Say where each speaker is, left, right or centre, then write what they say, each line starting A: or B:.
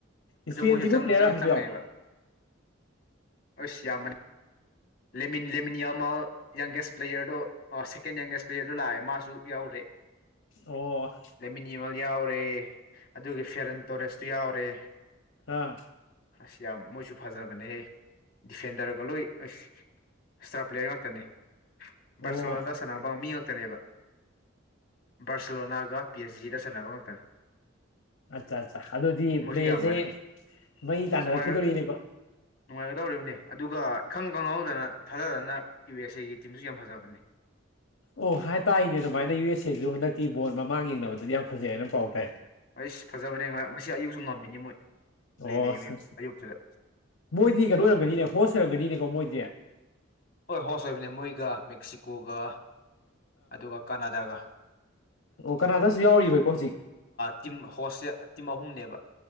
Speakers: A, on the left; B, on the left.
A: ꯑꯗꯨ
B: ꯏꯁꯄꯦꯟꯁꯤꯕꯨ
A: ꯃꯣꯏꯁꯨꯪ
B: ꯄ꯭ꯂꯦꯌꯔ ꯑꯍꯩꯕ
A: ꯆꯪꯉꯦꯕ
B: ꯌꯥꯎꯕ꯭ꯔꯣ
A: ꯑꯩ ꯁꯤ ꯌꯥꯝꯕꯅꯤ ꯂꯦꯃꯤꯅ ꯂꯦꯃꯤꯟꯌꯥ ꯑꯃ ꯌꯪꯒꯦꯁ ꯄ꯭ꯂꯦꯌꯔꯗꯣ ꯁꯦꯀꯦꯟ ꯌꯪꯒꯦꯁ ꯄ꯭ꯂꯦꯌꯔꯗꯣ ꯂꯥꯛꯑꯦ ꯃꯥꯁꯨ ꯌꯥꯎꯔꯦ
B: ꯑꯣ
A: ꯂꯩꯃꯤꯟ ꯌꯦꯃꯜ ꯌꯥꯎꯔꯦ ꯑꯗꯨꯒ ꯐꯦꯔꯟ ꯇꯣꯔꯦꯁꯇꯨ ꯌꯥꯎꯔꯦ
B: ꯑꯥ
A: ꯑꯁ ꯌꯥꯝ ꯃꯣꯏꯁꯨ ꯐꯖꯕꯅꯦꯍꯦ ꯗꯤꯐꯦꯟꯗꯔꯒ ꯂꯣꯏ ꯑꯁ ꯏꯁꯇꯥꯔ ꯄ꯭ꯂꯦꯌꯔ ꯉꯥꯛꯇꯅꯦ
B: ꯑꯣ
A: ꯕꯥꯔꯁꯣꯂꯣꯅꯥꯗ ꯁꯅꯥꯅꯕ ꯃꯤ ꯉꯇ ꯉꯇꯅꯦꯕ ꯕꯥꯔꯁꯤꯂꯣꯅꯥꯒ ꯄꯤ ꯑꯩꯆ ꯖꯤꯗ ꯁꯥꯟꯅꯕ ꯉꯥꯛꯇꯅꯦ
B: ꯑꯠꯆꯥ ꯑꯠꯆꯥ ꯑꯗꯨꯗꯤ
A: ꯃꯣꯏꯁꯨ
B: ꯕꯄꯂꯦꯁꯦ
A: ꯌꯥꯝꯕꯅꯦ
B: ꯃꯩ
A: ꯑꯁ
B: ꯇꯥꯟꯅꯔꯛꯈꯤꯗꯣꯔꯤꯅꯦꯀꯣ
A: ꯅꯨꯡꯉꯥꯏ ꯅꯨꯡꯉꯥꯏꯒꯗꯧꯔꯤꯕꯅꯦ ꯑꯗꯨꯒ ꯏꯈꯪ ꯈꯪꯍꯧ ꯅ ꯊꯥꯖꯗꯅ ꯌꯨ ꯑꯦꯁ ꯑꯦꯒꯤ ꯇꯤꯝꯁꯨ ꯌꯥꯝ ꯐꯖꯕꯅꯤ
B: ꯑꯣ ꯍꯥꯏ ꯇꯥꯏꯅꯦ ꯑꯗꯨꯃꯥꯏꯅ ꯌꯨ ꯑꯦꯁ ꯑꯦꯁꯨ ꯍꯟꯗꯛꯇꯤ ꯕꯣꯜ ꯃꯃꯥꯡ ꯌꯦꯡꯅꯕꯗꯗꯤ ꯌꯥꯝ ꯐꯖꯩ ꯍꯥꯏꯅ ꯄꯥꯎ ꯇꯥꯏ
A: ꯑꯩꯁ ꯐꯖꯕꯅꯦ ꯉꯁꯤ ꯑꯌꯨꯛꯁꯨ ꯉꯝꯃꯤꯅꯤ ꯃꯣꯏ
B: ꯑꯣ
A: ꯂꯩ ꯂꯩ
B: ꯑ
A: ꯑꯌꯨꯛꯇꯨꯗ
B: ꯃꯣꯏꯗꯤ ꯀꯩꯅꯣ ꯑꯣꯏꯔꯝꯒꯅꯤꯅꯦ ꯍꯣꯁ ꯑꯣꯏꯔꯝꯒꯅꯤꯅꯦ ꯃꯣꯏꯖꯦ
A: ꯍꯣꯏ ꯍꯣꯁ ꯑꯣꯏꯕꯅꯦ ꯃꯣꯏꯒ ꯃꯦꯛꯁꯤꯀꯣꯒ ꯑꯗꯨꯒ ꯀꯅꯥꯗꯥꯒ
B: ꯑꯣ ꯀꯅꯥꯗꯁꯨ ꯌꯥꯎꯔꯤꯕꯕ ꯀꯣꯁꯤ
A: ꯇꯤꯝ ꯍꯣꯁꯁꯦ ꯇꯤꯝ ꯑꯍꯨꯝꯅꯦꯕ